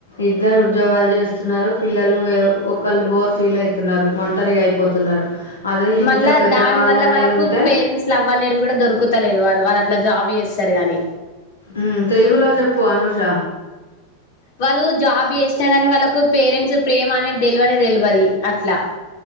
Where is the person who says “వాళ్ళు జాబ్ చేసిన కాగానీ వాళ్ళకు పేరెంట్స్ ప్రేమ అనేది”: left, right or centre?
Left